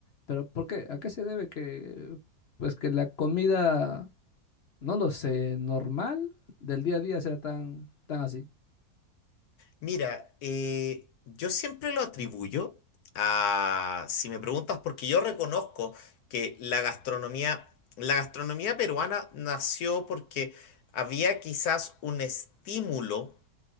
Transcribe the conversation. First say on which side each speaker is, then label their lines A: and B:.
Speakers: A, on the left (about 55°); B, on the left (about 80°).
A: Pero ¿por qué? ¿A qué se debe que, pues que la comida, no lo sé, normal del día a día sea tan, tan así?
B: Mira, eh, yo siempre lo atribuyo a, si me preguntas, porque yo reconozco que la gastronomía, la gastronomía peruana nació porque había quizás un estímulo